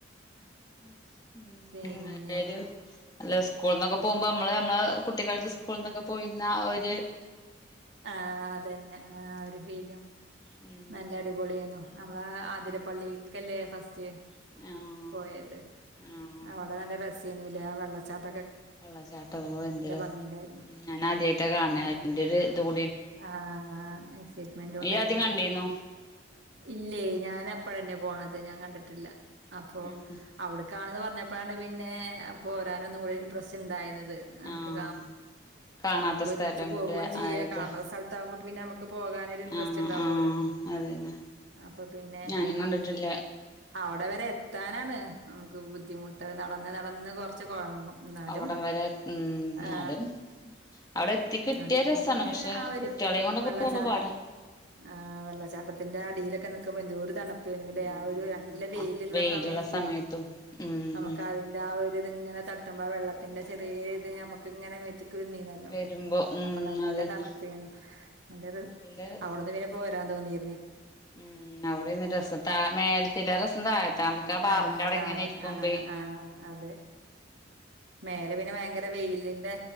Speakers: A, on the left (about 20°); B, on the right (about 70°).
A: <inaudible>
B: പിന്നെ
A: അല്ല സ്കൂളിന്നൊക്കെ പോമ്പോ നമ്മള് നമ്മളെ കുട്ടിക്കാലത്ത് സ്കൂളിന്നൊക്കെ പോയിന്ന ആ ഒര്
B: ആ അതെന്നെ ആ ഒരു ഫീലും
A: ഉം
B: നല്ല അടിപൊളിയേനു നമ്മളെ ആതിരപ്പള്ളിക്കല്ലേ ഫസ്റ്റ്
A: ആഹ്
B: പോയത്
A: ആഹ്
B: അവടെ നല്ല രസേനുല്ലേആ വെള്ളച്ചാട്ട
A: വെള്ളച്ചാട്ട ഓ എന്ത്‌ രസം
B: ഭംഗിണ്ടായിരുന്നു
A: ഉം ഞാൻ ആദ്യായിട്ട കാണണെ അയിന്റൊരു ഇതും
B: ആ എക്സൈറ്റ്മെന്റുണ്ടായിനു
A: ഇയ്യ് ആദ്യം കണ്ടീന്നു
B: ഇല്ലേ ഞാൻ അപ്പഴന്നെ പോണത്അത് ഞാൻ കണ്ടിട്ടില്ല അപ്പോ
A: ഉം
B: അവ്ട് ക്കാണെന്ന് പറഞ്ഞപ്പാണ് പിന്നെ പോരാനൊന്നു കൂടി ഇൻട്രസ്റ്റ് ഇണ്ടായിരുന്നത് നമുക്ക്
A: ആഹ് കാണാത്ത
B: നമുക്ക് ഒരുമിച്ച്
A: സ്ഥലം
B: പോകുവെം
A: കൂടെ
B: ചെയ്യ
A: ആയത്
B: <unintelligible> പോകാനൊരു ഇന്ട്രസ്റ്റ്
A: ആഹ്
B: ഉണ്ടവുല്ലോ
A: ആഹ് അതന്നെ
B: അപ്പൊ പിന്നെ
A: ഞാനും കണ്ടിട്ടില്ല
B: അവിടെ വരെ എത്താനാണ് ബുദ്ധിമുട്ട് നടന്ന് നടന്ന് കൊറച്ച് കൊഴങ്ങും ന്നാലും
A: അവിടം വരെ ഉം എന്നാലും
B: ആ
A: അവിടെ എത്തി കിട്ടിയ
B: അവിടെത്യ
A: രസാണ്
B: പിന്നെ
A: പക്ഷെ
B: ആ ഒരു
A: കുട്ടികളെയും കൊണ്ടൊക്കെ
B: വെള്ളച്ചാത്തൻ
A: പോകുമ്പോ പാടാ
B: ആ വെള്ളച്ചാട്ടത്തിന്റെ അടീലൊക്കെ നിക്കുമ്പോ എന്തോരു തണുപ്പ് ന്നലെ
A: ഉം
B: ആ ഒരു നല്ല വെയിലുള്ള സമയത്ത്
A: സമയത്തും ഉം
B: നമുക്ക് അതിന്റെ ആ ഇതിങ്ങനെ തട്ടുമ്പോ വെള്ളത്തിന്റെ
A: അതെ
B: ചെറിയ
A: ആഹ്
B: ഇത് നമുക്ക് ഇങ്ങനെ മേത്തക്ക <unintelligible>
A: വരുമ്പോ ഉം
B: അപ്പൊ നല്ല
A: അതന്നെ
B: തണുപ്പേനും നല്ലരു
A: നല്ല രസ
B: അവിടുന്ന് പിന്നെ പോരാൻ തോന്നിയി.....
A: ഉം അവിടെന്ന് രസം ത മേലത്തില രസം താഴതാന്ന് ക്കാ പാറന്റവിടെ
B: ആ താഴെ
A: എങ്ങനെ ഇരിക്കുംപെയി
B: ആ ആ അതെ മേലെ പിന്നെ ഭയങ്കര വെയിലിന്റെ